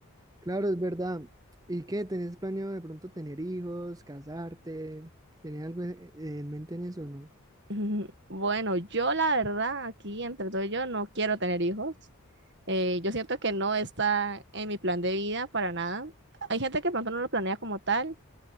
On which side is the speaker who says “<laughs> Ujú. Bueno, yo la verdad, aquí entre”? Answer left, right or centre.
Right